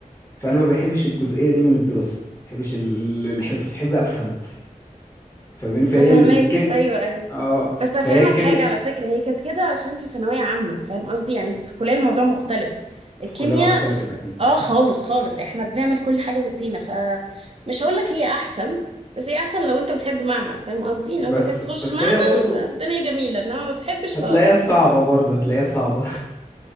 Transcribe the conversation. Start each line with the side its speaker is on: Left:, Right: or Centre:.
Left: فانا ما بحبش الجزئيه دي من الدراسه ما بحبش ال- الحفظ بحب افهم فاهماني فهي
Right: انا فاهماك
Left: الكيمياء
Right: ايوه ايوه
Left: اه
Right: بس هفهمك
Left: فهي الكيمياء
Right: حاجة على فكرة هي كانت كده عشان في ثانوية عامة فاهم قصدي يعني في الكلية الموضوع مختلف الكيمياء
Left: كلها اختلفت
Right: ف...
Left: اكيد
Right: اه خالص خالص احنا بنعمل كل حاجة بايدينا فمش هقولك هي احسن بس هي احسن لو انت بتحب معمل فاهم قصدي لو
Left: بس
Right: انت بتحب
Left: بس
Right: تخش معمل
Left: هي برضو
Right: الدنيا جميلة انما ما بتحبش
Left: هتلاقيها
Right: خلاص
Left: صعبة برضو هتلاقيها صعبة